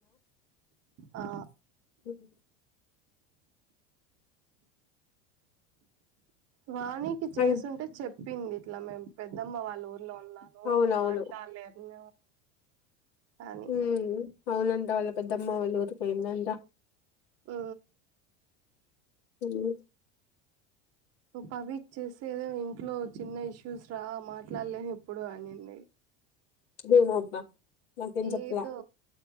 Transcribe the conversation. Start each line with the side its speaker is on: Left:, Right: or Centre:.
Right: ఆ
Left: హ్మ్
Right: వాణికి చేసింటే
Left: అయ్,
Right: చెప్పింది ఇట్లా మేము పెద్ద అమ్మ వాళ్ళ ఊర్లో ఉన్నాను
Left: అవునవును
Right: మాట్లాడలేను అని
Left: హ్మ్ అవునంట వాళ్ళ పెద్దమ్మ వాళ్ళు ఊరుపోయిందంట
Right: ఆ
Left: హ్మ్
Right: పవ ఇచ్చేసి ఏదో ఇంట్లో చిన్న ఇష్యూస్ రా మాట్లాడలేను ఇప్పుడు అనింది
Left: ఏమో అబ్బా నాకేం
Right: ఏదో
Left: చెప్పలే